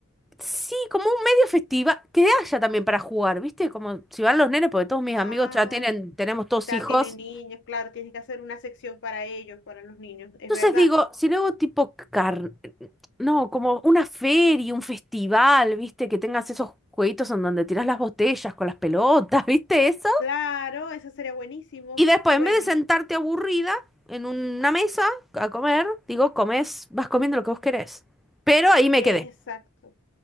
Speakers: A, in the centre; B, on the left.
A: Sí, como un medio festiva que haya también para jugar, ¿viste? Como si van los nenes, porque todos mis
B: Ah,
A: amigos ya tienen, tenemos todos
B: ya
A: hijos.
B: tiene niños, claro, tienes que hacer una sección para ellos, para los niños, es
A: Entonces
B: verdad.
A: digo, si luego tipo car- no, como una feria, un festival, ¿viste? Que tengas esos jueguitos en donde tirás las botellas con las pelotas, <laughs> ¿viste eso?
B: Claro, eso sería buenísimo.
A: Y después,
B: Bueno,
A: en vez de sentarte aburrida en una mesa a comer, digo, comes, vas comiendo lo que vos querés. Pero ahí me
B: exacto.
A: quedé,